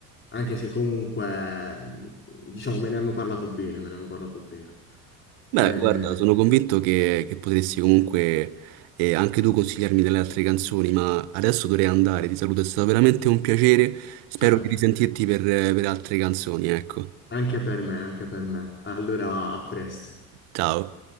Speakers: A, on the left; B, on the right.
A: anche se comunque, mm, diciamo, me ne hanno parlato bene, me ne hanno parlato bene.
B: Beh,
A: Eh,
B: guarda, sono convinto che, che potresti comunque eh, anche tu consigliarmi delle altre canzoni, ma adesso dovrei andare. Ti saluto, è stato veramente un piacere. Spero
A: certo,
B: di risentirti
A: certo.
B: per per altre canzoni, ecco.
A: Anche per me, anche per me. Allora, a presto.
B: Ciao.